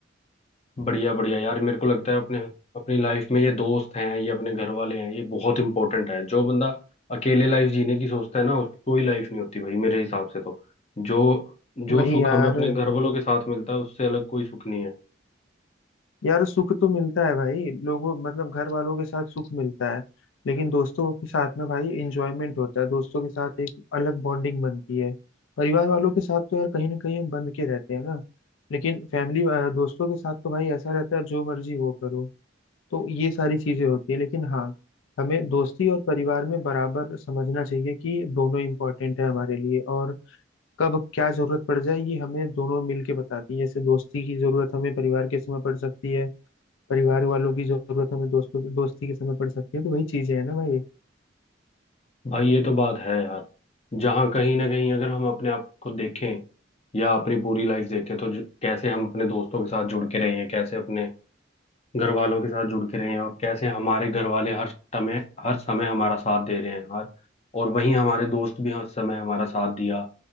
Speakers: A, on the left; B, on the left.
A: बढ़िया बढ़िया यार मेरे को लगता है अपने अपनी लाइफ में ये दोस्त हैं ये अपने घर वाले हैं ये बहुत इंपॉर्टेंट है जो बंदा अकेले लाइफ जीने की सोचता है ना उसकी कोई लाइफ नहीं होती भाई मेरे हिसाब से तो जो जो
B: वही
A: सुख
B: यार
A: हमें अपने घर वालों के साथ मिलता है उससे अलग कोई सुख नहीं है
B: यार सुख तो मिलता है भाई लोगों मतलब घर वालों के साथ सुख मिलता है लेकिन दोस्तों के साथ में भाई एंजॉयमेंट होता है दोस्तों के साथ एक अलग बॉन्डिंग बनती है परिवार वालों के साथ तो यार कहीं ना कहीं हम बंध के रहते हैं ना लेकिन फैमिली दोस्तों के साथ तो भाई ऐसा रहता है जो मर्जी वो करो तो ये सारी चीजें होती है लेकिन हाँ हमें दोस्ती और परिवार में बराबर समझना चाहिए कि दोनों इम्पोर्टेंट है हमारे लिए और कब क्या जरूरत पड़ जाए ये हमें दोनों मिल के बताती है जैसे दोस्ती की जरूरत हमें परिवार के समय पड़ सकती है परिवार वालों की जरूरत हमें दोस्तों दोस्ती के समय पड़ सकती है तो वही चीजें हैं ना भाई
A: भाई ये तो बात है यार जहाँ कहीं ना कहीं अगर हम अपने आप को देखें या अपनी पूरी लाइफ देखें तो जो, कैसे हम अपने दोस्तों के साथ जुड़ के रहे हैं कैसे अपने घर वालों के साथ जुड़ के रहे हैं और कैसे हमारे घर वाले हर समय हर समय हमारा साथ दे रहे हैं हर और वहीं हमारे दोस्त भी हर समय हमारा साथ दिया